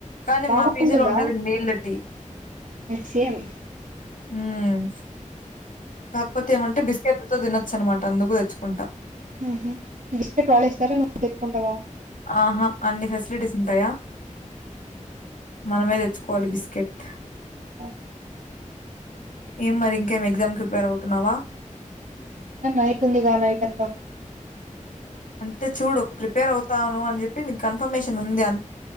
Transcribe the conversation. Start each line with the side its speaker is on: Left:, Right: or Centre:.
Left: కానీ
Right: బాగుంటుందా
Left: మా పిజి లో ఉండేది నీళ్ళ టీ
Right: సేమ్
Left: ఉమ్ కాకపోతే ఏమంటే బిస్కెట్లతో తినొచ్చు అనమాట అందుకు తెచ్చుకుంటా
Right: ఉహుం బిస్కెట్ వాళ్లే ఇస్తారా నువ్వు తెచ్చుకుంటావా
Left: ఆహా అన్ని ఫెసిలిటీస్ ఉంటాయా మనమే తెచ్చుకోవాలి బిస్కెట్
Right: ఉహూ
Left: ఏం మరి ఇంకేం ఎగ్జామ్కి ప్రిపేర్ అవుతున్నావా
Right: ఎగ్జామ్ క నైట్ ఉందిగా నైట్ అంత
Left: అంటే చూడు ప్రిపేర్ అవుతాను అని చెప్పి నీ కన్ఫర్మేషన్ ఉంది అం